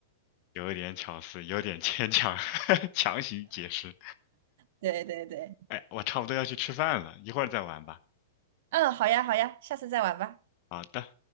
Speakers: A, on the left (about 45°); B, on the right (about 60°).
A: 有点巧思，有点牵强，<laughs> 强行解释。
B: 对对对，
A: 哎，我差不多要去吃饭了，一会儿再玩吧。
B: 嗯，好呀好呀，下次再玩吧。
A: 好的。